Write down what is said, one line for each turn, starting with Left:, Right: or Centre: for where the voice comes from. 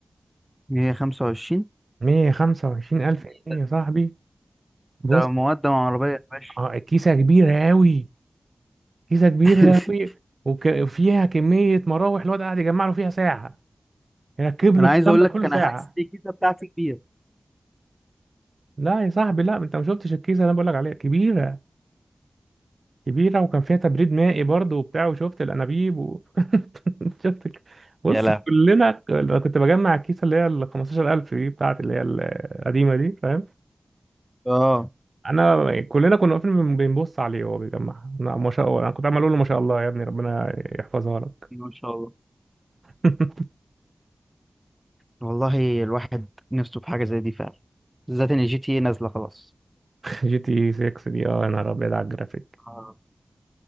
Centre: هي 25
Right: 125 الف جنيه
Centre: ده
Right: يا صاحبي بص
Centre: ده مقدم عربيه يا باشا
Right: آه، كيسه كبيره قوي كيسة كبيرة
Centre: <laughs>
Right: أوي وك- وفيها كمية مراوح الواد قاعد يجمع له فيها ساعة يركب له
Centre: انا
Right: الكلام
Centre: عايز اقول
Right: ده
Centre: لك
Right: كله
Centre: انا
Right: ساعة
Centre: حاسس الكيسه بتاعتي كبيره
Right: لا يا صاحبي لا انت ما شفتش الكيسة اللي انا بقول لك عليها كبيرة كبيرة وكان فيها تبريد مائي برضه وبتاع وشفت الانابيب و... <laughs> شفت ك- بص
Centre: يا لهوي
Right: كلنا انا كنت بجمع الكيسة اللي هي ال 15000 دي بتاعت اللي هي القديمة دي فاهم
Centre: اه
Right: انا كلنا كنا واقفين بن- بنبص عليه وهو بيجمعها لا، ما شاء الله انا كنت عمال اقول له ما شاء الله يا ابني ربنا يحفظها لك
Centre: ما شاء الله
Right: <laughs>
Centre: والله الواحد نفسه في حاجة زي دي فعلا بالذات ان الجي تي إيه نازلة خلاص
Right: جي تي 6 دي اه انا ابيض على الجرافيك
Centre: آه.